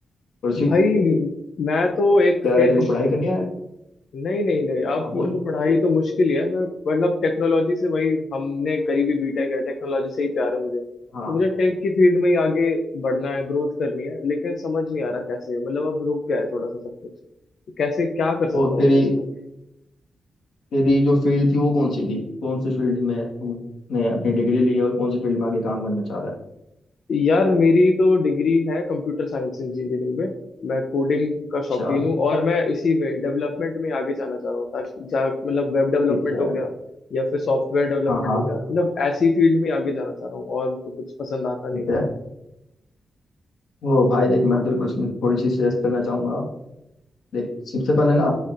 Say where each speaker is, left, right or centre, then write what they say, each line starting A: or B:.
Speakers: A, on the left; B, on the left.
A: परसों
B: भाई मैं तो एक
A: तेरे
B: टेक
A: को पढ़ाई करनी है
B: नहीं नहीं नहीं आप
A: हाँ बोल
B: मेरे को पढ़ाई तो मुश्किल ही है मैं मतलब टेक्नोलॉजी से वही हमने करी भी बीटेक है टेक्नोलॉजी से ही प्यार है मुझे तो
A: हाँ
B: मुझे टेक की फील्ड में ही आगे बढ़ना है ग्रोथ करनी है लेकिन समझ नहीं आ रहा कैसे मतलब अब रुक गया है थोड़ा सा सब कुछ तो कैसे क्या कर
A: तो
B: सकता हूँ
A: तेरी
B: मैं इसमें
A: तेरी जो फील्ड थी वो कौन सी थी कौन सी फील्ड में तूने अपनी डिग्री ली है और कौन सी फील्ड में आगे काम करना चाह रहा है
B: यार मेरी तो डिग्री है कंप्यूटर साइंस इंजीनियरिंग में मैं कोडिंग का शौकीन
A: अच्छा
B: हूँ और मैं इसी में डेवलपमेंट में आगे जाना चाह रहा हूँ ताकि जा मतलब वेब डेवलपमेंट
A: ठीक है
B: हो गया या फिर सॉफ्टवेयर डेवलपमेंट
A: हाँ हाँ
B: हो गया मतलब ऐसी फील्ड में आगे जाना चाह रहा हूँ और मुझको कुछ पसंद आता नहीं
A: ठीक
B: है
A: है ओ भाई देख मैं तेरे को इसमें थोड़ी सी सजेस्ट करना चाहूंगा देख सबसे पहले ना